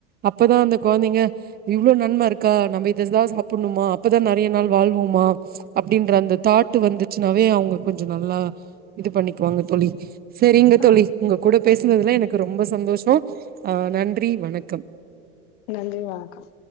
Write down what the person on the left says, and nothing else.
ஆ
நன்றி வணக்கம்